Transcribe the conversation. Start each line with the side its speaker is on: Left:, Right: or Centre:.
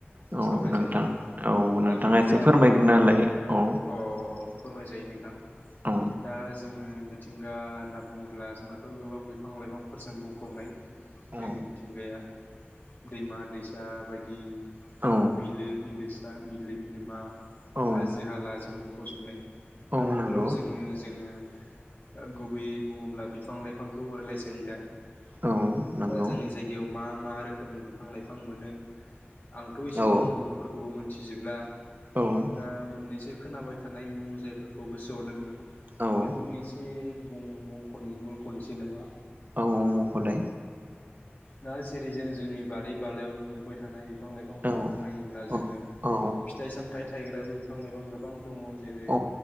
Right: औ
Left: सावराय
Right: नोंथां
Left: जायो
Right: औ नोंथाङा
Left: दा बिदिब्ला
Right: एसे फोरमायग्रोना
Left: नोंथां
Right: होलाय औ
Left: अ अ फोरमायजायो। थां
Right: औ
Left: दा जोङो मिथिंगा होनना बुङोब्ला जोंहाथ' गोबां बिफां लाइफांफोरजों बुंफबनाय।
Right: औ
Left: जोंनि मिथिंगाया दैमा दैसा बायदि
Right: औ
Left: बिलो बिलोसा बिलो बिलोमा,
Right: औ
Left: हाजो हाला जों बुंफबजोबनाय।
Right: औ
Left: दा बेफोराव
Right: नंगौ
Left: जोङो जोङो ओ गुबैयै बुङोब्ला बिफां लाइफांखौ रायलाय जायो दा। दा
Right: औ नंगौ
Left: जोंनि जायगायाव मा मा रोखोमनि बिफां लाइफां मोनो आंथ' इसेबां
Right: औ
Left: मुंफोरखौबो मोनथिजोबला
Right: औ
Left: दा मोननैसो खोनाबाय थानाय मुं जायफोरखौ गोसोआव दोङो
Right: औ
Left: बेखौनो एसे मुं मख'नि मुंख'निसै नामा।
Right: औ औ मख'लाय।
Left: दा जेरै जों जोंनि बारि बाालायावनो नुबाय थानाय। बिफां लाइफांफोरखौ
Right: औ
Left: नायोब्ला
Right: औ
Left: जोङो
Right: औ
Left: फिथाइ सामथाय थायग्राबो बिफां लाइफां गोबां दङ। जेरै
Right: औ